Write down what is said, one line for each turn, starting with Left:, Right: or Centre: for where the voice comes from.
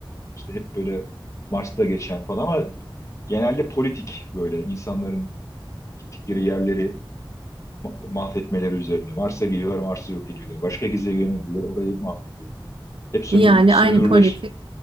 Left: işte hep böyle Mars'ta geçen falan ama genelde politik böyle insanların gittikleri yerleri ma- mahvetmeleri üzerine. Mars'a geliyorlar, Mars'ı yok ediyorlar. Başka gezegene gidiyorlar, orayı mahvediyorlar. Hep sömür,
Right: Yani
Left: sömürüleş.
Right: aynı politik.